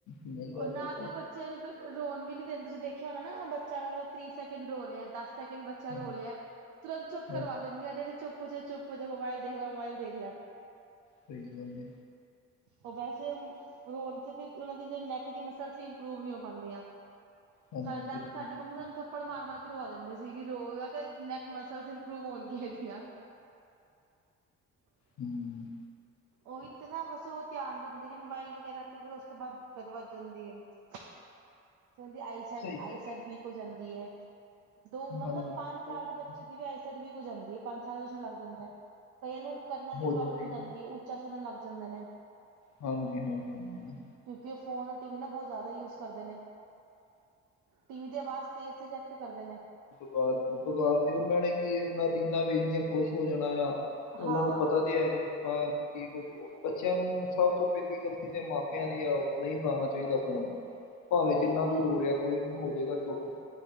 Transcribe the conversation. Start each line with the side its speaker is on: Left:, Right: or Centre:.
Left: ਨਹੀਂ ਕਰ
Right: ਨਾ
Left: ਸਕਦਾ,
Right: ਤੇ ਉਹ ਬੱਚ ਬੱਚੇ ਨੂੰ ਫਿਰ ਰੋਣ ਵੀ ਨੀ ਦੇਦੇ ਤੁਸੀ ਦੇਖਿਆ ਹੋਣਾ ਨਾ ਬੱਚਾ ਤੀਹ ਸੈਕਿੰ ਰੋ ਰਿਹਾ ਦਸ ਸੈਕਿੰਡ ਬੱਚ। ਬਾ
Left: ਹਾਂਜੀ,
Right: ਰੋ ਲਿਆ ਤੁਰੰਤ ਚੁੱ
Left: ਹਾਂਜੀ,
Right: ਕਰਵਾ ਦੇਣਗੇੇ ਚੁੱਪ ਚੁੱਪ ਜੇ ਮੋਬਾਇਲ ਦੇਖ ਲੈ ਮੋਬਾਈਲ ਦੇਖ ਲੈ।
Left: ਸਹੀ ਗੱਲ
Right: ਉਹ ਵੈਸੇ ਰਣ ਤੇ ਫਿਰ ਉਹਨਾਂ ਦੀ ਨੈਕ ਮਸਲ ਇੰਪਰੂਵ ਨਹੀ ਹੋ। ਪਾਉਂਦੀਆਂ
Left: ਹਾਂਜੀ,
Right: ਸਾਡ ਟਾਈਮ
Left: ਬਿਲਕੁਲ
Right: ਸਾਡੀ
Left: ਜੀ,
Right: ਮੰਮੀ ਸਾਨੂੰ ਆਪੜ ਮਾਰ ਮਾਰ ਕੇ ਰਵਾ ਦਿੰਦੀ ਸੀਗੀ ਰੋ। ਤੇ ਨੈਕ ਮਸਲਸ ਇੰਪਰੂਵ ਹੋਣਗੀਆਂ ਇਹਦੀਆਂ <unintelligible>
Left: ਹਮ
Right: ਉਹੀ ਤੇ ਨਾ ਬਸ ਉਹ ਧਿਆਨ ਦਿੰਦੇ ਨੇ ਮੋਬਾਇਲ ਵਗੈਰਾ ਤੇ ਫਰ ਉਸ ਤੋਂ ਬਾਅਦ ਦਿੱਕਤ ਵੱਧ ਜਾਂਦੀ ਹੈਦੀ ਆਈਸੈ
Left: ਸਹੀ
Right: ਆਈਸੈਟ
Left: ਗੱਲ ਹੈ,
Right: ਵੀਕ ਹੋ ਜਾਂਦੀ ਹੈ ਦੋ ਮਤਲਬ
Left: ਹਾਂਜੀ,
Right: ਪੰਜ
Left: ਬਿਲਕੁਲ
Right: ਸਾਲ
Left: ਜੀ,
Right: ਦੇ ਬੱਚੇ ਦੀ ਵੀ ਆਇ ਸਡ ਵੀ ਹੋ ਜਾਂਦੀ ਪੰਜ ਸਾਲ ਲੱਗ ਜਾਂਦਾ ਹੈ ਕਈਆਂ ਨੂੰ ਕਰਨਾ ਦੀ ਪ੍ਰੋਬਲਮ
Left: ਜਾਂਦੇ
Right: ਹੋ
Left: ਨੇ,
Right: ਜਾਂਦੀ ਹੈ ਸੁਣਨ ਲੱਗ ਜਾਂਦੇ ਨੇ
Left: ਹਾਂਜੀ ਹਾਂਜੀ ਹਾਂਜੀ
Right: ਕਿਉਂਕਿ ਉਹ ਫੋਨ ਰ ਟੀ ਵੀ ਨਾ ਬਹੁਤ ਜ਼ਿਆਦਾ ਯੂਜ ਕਰਦੇ ਨੇ ਟੀਵ ਦੀ ਆਵਾਜ਼ ਤੇਜ਼ ਸਜੈਕਟ ਕਰਦੇ ਨੇ
Left: ਬਾਰ ਬੁਖਾਰ ਚ ਉਹਨਾਂ ਨੇ ਕੀ ਆਪਣਾ ਰੀਲ ਵੇਖਣੀਆਂ ਖੁਸ਼ ਹੋ ਜਾਣਾ ਆ ਉਹ
Right: ਹਾਂ
Left: ਨੂੰ ਪਤਾ ਨੀ ਆਪਾਂ ਕੀ ਕੁਝ ਬੱਚਿਆਂ ਨੂੰ ਸਭ ਤੋਂ ਪਹਿਲੀ ਗਲਤੀ ਤੇ ਮਾਪਿਆਂ ਦੀ ਆ ਉਹ ਨਹੀਂ ਫਲਾਉਣਾ ਚਾਹੀਦਾ ਫੋਨ
Right: <unintelligible>
Left: ਭਾਵੇਂ
Right: ਬਿਲਕੁਲ
Left: ਜਿੰਨਾ ਵੀ ਰੋ ਰਿਹਾ ਕੋਈ ਨੀ ਹੋ ਜਾਵੇਗਾ ਚੁੱਪ